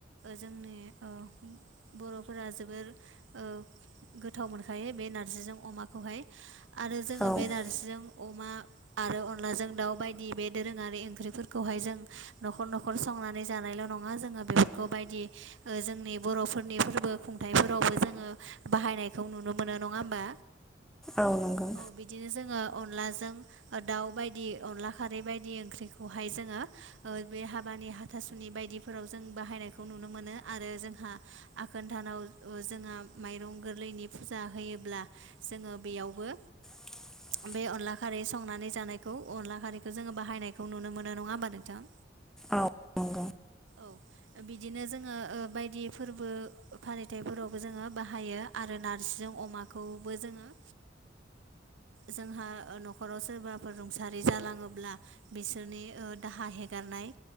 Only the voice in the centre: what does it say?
औ
औ नंगौ।
<inaudible>
औ नंगौ।